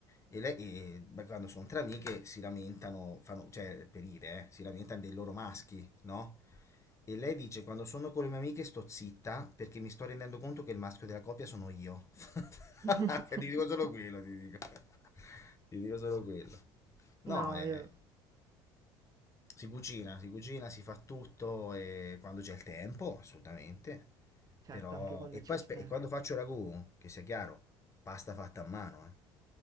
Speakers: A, on the left; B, on the right.
A: E lei, e- beh, quando sono tra amiche, si lamentano, fanno, cioè, per dire, eh, si lamentano dei loro maschi, no? E lei dice, quando sono con le mie amiche sto zitta perché mi sto rendendo conto che il maschio della coppia sono io. <laughs>
B: <laughs>
A: Ti dico solo quello, ti dico. Ti dico solo quello. No,
B: No,
A: è...
B: io
A: Si cucina, si cucina, si fa tutto e quando c'è il tempo, assolutamente.
B: certo,
A: Però,
B: anche quando
A: e
B: c'è
A: poi
B: il
A: aspe-
B: tempo.
A: e quando faccio ragù, che sia chiaro, pasta fatta a mano, eh.